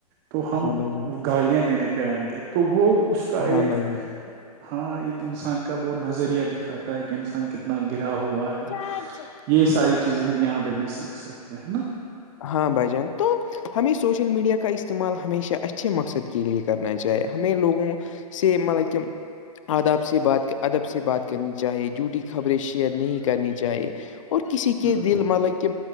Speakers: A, on the right; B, on the left.
A: تو ہم
B: ہاں بھائی جان
A: گالیاں دینے پہ آئیں گے تو وہ اس کا ایک
B: ہاں بھائی جان ہاں
A: ہاں ایک انسان کا وہ نظریہ دکھاتا ہے کہ انسان کتنا گا ہوا ہے
B: بھائی جان
A: یہ ساری چیزیں ہم یہاں پہ بھی سیکھ سکتے ہیں نا
B: ہاں بھائی جان تو ہمیں سوشل میڈیا کا استعمال ہمیشہ اچھے مقصد کے لیے کرنا چاہی ہمیں لوگوں سیم ملیکم اداب سے بات ادب سے بات کرنی چاہے جھوٹی خبریں شیئر نہیں کرنی چاہیے اور کسی کے
A: ہ
B: دل مطلب کہ